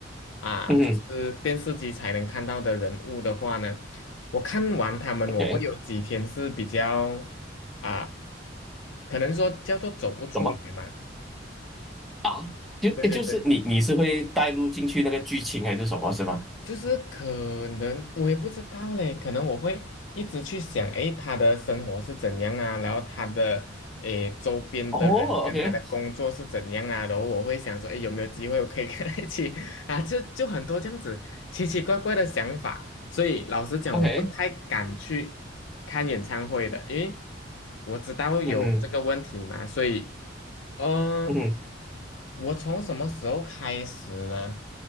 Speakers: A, on the left; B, in the centre.
A: 啊，
B: 嗯哼，
A: 就是电视机才能看到的人物的话呢，我看完他们，
B: o
A: 我会有几天是比较。
B: k
A: 啊。可能说叫做走不出来嘛。
B: 什么啊？就诶就是你你是会带入进去那个剧情还是什么，
A: 对对对，
B: 是吗？
A: 就是可能我也不知道嘞，可能我会一直去想，诶，他的生活是怎样啊，然后他的诶周边的人跟他的工作是怎样啊，
B: 哦，OK
A: 然后我会想说，诶，有没有机会我可以跟他一起 <laughs> 啊？就就很多这样子奇奇怪怪的想法，所以老实讲，
B: OK，
A: 我不太敢去看演唱会的，因为我知道有这个问题嘛，
B: 嗯哼
A: 所以。嗯，
B: 嗯哼
A: 我从什么时候开始呢？